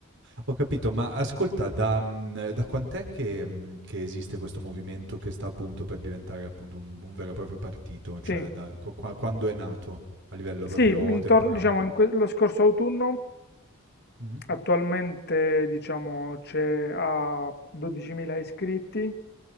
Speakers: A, on the right; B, on the left.
A: Ho capito, ma ascolta, da, mhmm, da quant'è che mhmm, che esiste questo movimento che sta appunto per diventare appunto un un vero e proprio partito? Cioè
B: Sì,
A: da qu qua quando è nato a livello
B: sì,
A: proprio
B: intorno,
A: temporale?
B: diciamo in que- lo scorso autunno.
A: Mh-mh.
B: Attualmente, diciamo, c'è ha 12.000 iscritti,